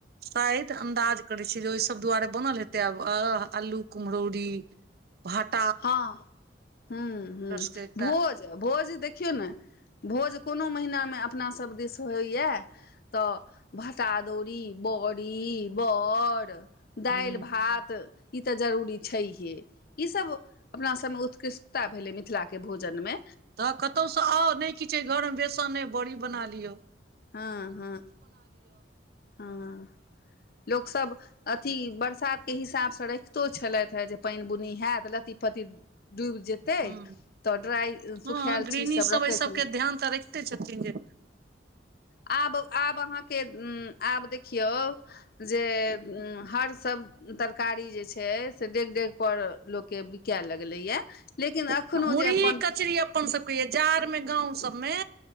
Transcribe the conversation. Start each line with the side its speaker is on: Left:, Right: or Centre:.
Right: शायद अन्दाज करै छै जे ओहि सब दुआरे बनल हेतै आब अ आलू कुम्रौरी भात
Left: हँ हुँ हुँ
Right: सबके एकटा
Left: भोज भोज देखियौ ने भोज कोनो महिनामे अपनासभ दिस होइए तऽ भांटा अदौरी बड़ी बड़ दालि
Right: हूँ
Left: भात ई तऽ जरूरी छैहे ईसभ अपना सब मे उत्कृष्टता भेले मिथिला के भोजन मे
Right: तऽ कतहुसँ आउ नहि किछु अ घरमे बेसन नहि बड़ी बना लियौ
Left: हँ हँ हँ लोक सब अथी बरसातके हिसाबसँ राखितो छलथि हेँ जे पानि बुनी हयत लत्ती पत्ती डुबि जेतै
Right: हूँ
Left: तऽ ड्राइ सुखायल
Right: हँ गृहणी
Left: चीजसभ
Right: सब
Left: रखैत
Right: एहि सबके
Left: छलै
Right: ध्यान तऽ रखि तेँ छथिन जे
Left: आब आब अहाँके आब देखियौ जे हर सब तरकारी जे छै से डेग डेग पर लोकके बिकाय लगलै या लेकिन एखनो
Right: आ मुरही
Left: जे अपन
Right: कचरी अपन सभके य जाड़मे गाँव सबमे